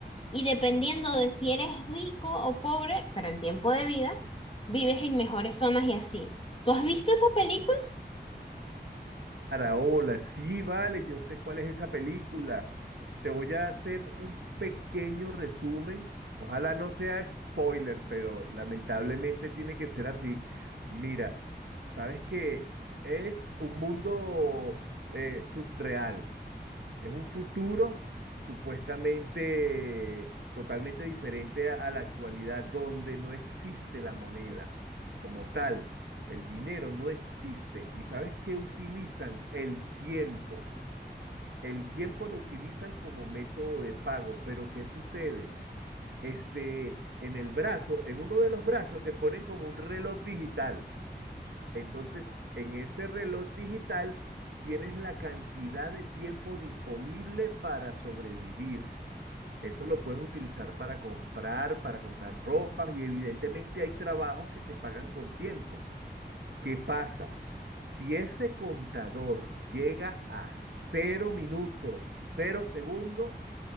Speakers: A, on the left; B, on the right.
A: Y dependiendo de si eres rico o pobre, pero en tiempo de vida, vives en mejores zonas y así. ¿Tú has visto esa película?
B: Hola, sí, vale, yo sé cuál es esa película. Te voy a hacer un pequeño resumen. Ojalá no sea spoiler, pero lamentablemente tiene que ser así. Mira, sabes que es un mundo eh, subreal. Es un futuro supuestamente totalmente diferente a, a la actualidad, donde no existe la moneda como tal. El dinero no existe. ¿Y sabes qué utilizan? El tiempo. El tiempo lo utilizan como método de pago, pero ¿qué sucede? Este, en el brazo, en uno de los brazos te ponen como un reloj digital. Entonces, en ese reloj digital tienes la cantidad de tiempo disponible para sobrevivir. Eso lo puedes utilizar para comprar, para comprar ropa y evidentemente hay trabajos que te pagan con tiempo. ¿Qué pasa? Si ese contador llega a cero minutos, cero segundos,